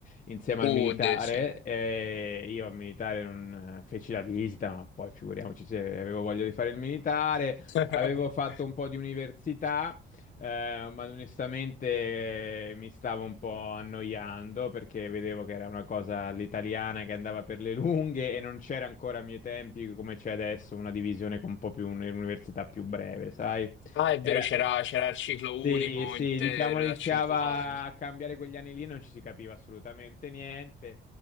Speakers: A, on the left (about 40°); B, on the left (about 75°).
A: insieme al
B: Uh,
A: militare,
B: de, sì.
A: e io al militare non eh, feci la visita, ma poi figuriamoci se avevo voglia di fare il militare,
B: <laughs>
A: avevo fatto un po' di università eh, ma onestamente eh, mi stavo un po' annoiando perché vedevo che era una cosa all'italiana che andava per le lunghe e non c'era ancora a miei tempi come c'è adesso una divisione con un po' più un'università più breve, sai?
B: Ah, è
A: Era-
B: vero, c'era c'era il ciclo
A: sì,
B: unico
A: sì,
B: intero
A: diciamo iniziava
B: da 5 anni.
A: a cambiare quegli anni lì, non ci si capiva assolutamente niente.